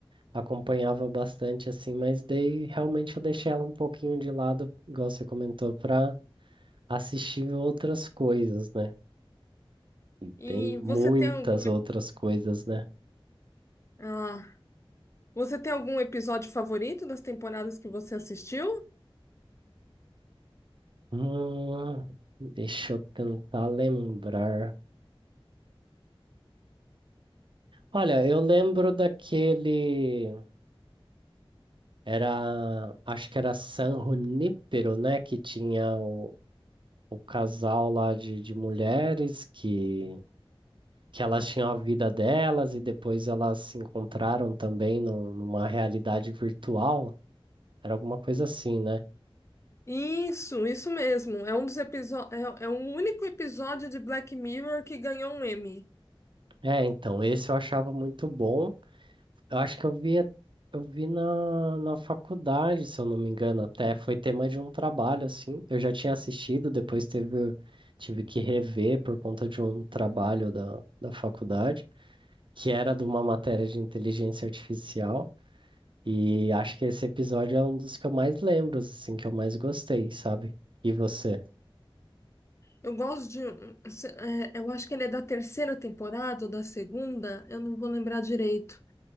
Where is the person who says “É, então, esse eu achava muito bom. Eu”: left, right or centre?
Right